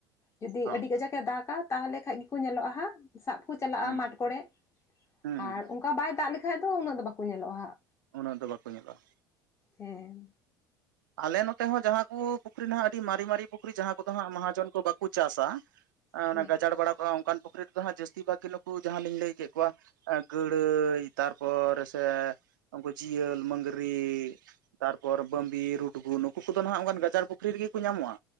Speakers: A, on the left; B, on the right.
A: ᱡᱩᱫᱤ
B: ᱦᱚᱸ
A: ᱟᱹᱰᱤ ᱜᱟᱡᱟᱠ ᱮ ᱫᱟᱜᱼᱟ ᱛᱟᱦᱚᱞᱮ ᱠᱷᱟᱡ ᱜᱮᱠᱚ ᱧᱮᱞᱚᱜᱼᱟ ᱦᱟᱸᱜ ᱥᱟᱵ ᱠᱚ ᱪᱟᱞᱟᱜᱼᱟ
B: ᱦᱩᱸ
A: ᱢᱟᱴ ᱠᱚᱨᱮ,
B: ᱦᱩᱸ ᱦᱩᱸ
A: ᱟᱨ ᱚᱱᱠᱟ ᱵᱟᱭ ᱫᱟᱜ ᱞᱮᱠᱷᱟᱡ ᱫᱚ ᱩᱱᱟᱹᱜ ᱫᱚ ᱵᱟᱠᱚ ᱧᱮᱞᱚᱜᱼᱟ ᱦᱟᱸᱜ
B: ᱩᱱᱟᱹᱜ ᱫᱚ ᱵᱟᱠᱚ ᱧᱮᱞᱚᱜᱼᱟ᱾
A: ᱦᱮᱸ
B: ᱟᱞᱮ ᱱᱚᱛᱮ ᱦᱚᱸ ᱡᱟᱦᱟᱸ ᱠᱚ ᱯᱩᱠᱷᱨᱤ ᱱᱟᱦᱟᱜ ᱟᱹᱰᱤ ᱢᱟᱨᱮ ᱢᱟᱨᱮ ᱯᱩᱠᱷᱨᱤ ᱡᱟᱦᱟᱸ ᱠᱚᱫᱚ ᱦᱟᱸᱜ ᱢᱟᱦᱟᱡᱚᱱ ᱠᱚ ᱵᱟᱠᱚ ᱪᱟᱥᱟ ᱚᱱᱟ
A: ᱦᱟᱸᱜ ᱦᱮᱸ
B: ᱜᱟᱡᱟᱲ ᱵᱟᱲᱟ ᱠᱚᱜ-ᱟ ᱚᱱᱠᱟᱱ ᱯᱩᱠᱷᱨᱤ ᱫᱚ ᱦᱟᱸᱜ ᱡᱟᱹᱥᱛᱤ ᱵᱷᱟᱜ ᱜᱮ ᱱᱩᱠᱩ ᱡᱟᱦᱟᱸ ᱞᱤᱧ ᱞᱟᱹᱭ ᱠᱮᱜ ᱠᱚᱣᱟ ᱜᱟᱹᱲᱟᱹᱭ ᱛᱟᱨᱯᱚᱨ ᱥᱮ ᱩᱱᱠᱩ ᱡᱤᱭᱟᱹᱞ, ᱢᱟᱹᱝᱜᱽᱨᱤ ᱛᱟᱨᱯᱚᱨ ᱵᱟᱹᱢᱵᱤᱨ ᱨᱩᱰᱜᱩ ᱱᱩᱠᱩ ᱠᱚᱫᱚ ᱱᱟᱦᱟᱸᱜ ᱚᱱᱠᱟᱱ ᱜᱟᱡᱟᱲ ᱯᱩᱠᱷᱨᱤ ᱨᱮᱜᱮ ᱠᱚ ᱧᱟᱢᱚᱜᱼᱟ᱾